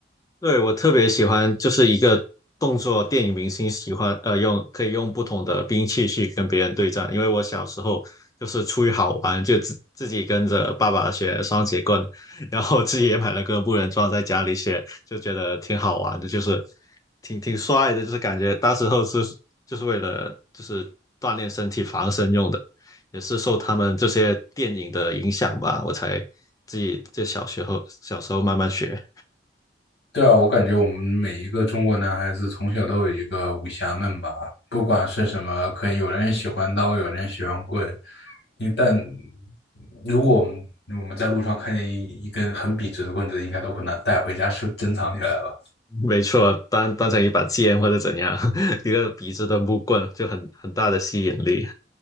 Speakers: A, on the left; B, on the left.
A: 对，我特别喜欢，就是一个动作电影明星喜欢呃用可以用不同的兵器去跟别人对战，因为我小时候就是出于好玩，就自自己跟着爸爸学双截棍，然后自己也买了个木人桩在家里学，就觉得挺好玩的，就是挺挺帅的，就是感觉当时候是就是为了就是锻炼身体防身用的，也是受他们这些电影的影响吧，我才自己就小学后小时候慢慢学。
B: 对啊，我感觉我们每一个中国男孩子从小都有一个武侠梦吧，不管是什么，可能有的人喜欢刀，有的人喜欢棍。一旦如果我们我们在路上看见一一根很笔直的棍子，应该都会拿带回家收珍藏起来吧。
A: <laughs> 没错，当当成一把剑或者怎样，<laughs> 一个笔直的木棍就很很大的吸引力。